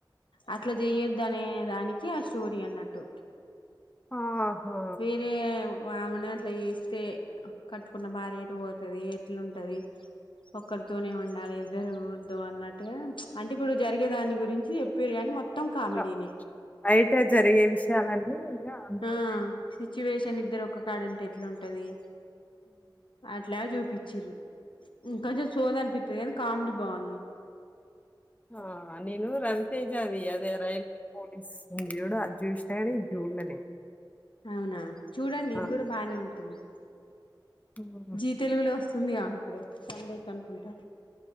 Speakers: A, on the left; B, on the left.
A: అట్లా జేయ్యొద్దు అనే దానికి ఆ స్టోరీ అన్నట్టు
B: ఆహా!
A: వేరే వామను అట్లా ఎస్తే కట్టుకున్న భార్య ఎటు పోతుది ఎట్లుంటది ఒక్కరితోనే ఉండాలి ఇద్దరు వద్దు అన్నట్టుగా అంటే ఇప్పుడు జరిగే దాని గురించి చెప్పిరు కానీ మొత్తం కామెడీనే
B: ఇగ బయట జరిగే విషయాలన్నీ ఇగ అందులో
A: ఆ
B: ఉన్నాయ్
A: సిచ్యువేషన్ ఇద్దరు ఒక్క కాడ ఉంటే ఎట్లుంటది అట్లా చూపించ్చిరు ఇంకొంచెం సోది అనిపిత్తది కానీ కామెడీ బాంది
B: ఆ నేను రవితేజది అదే రైల్ పోలీస్ ఉంది జూడు అది జూసిన గాని ఇది జూడలే నేను
A: అవునా చూడండి
B: ఆ!
A: ఇది కూడా బానే ఉంటుంది
B: హ్మ్.
A: జీ తెలుగులో వస్తుంది గా ఇప్పుడు సండే కనుకుంటా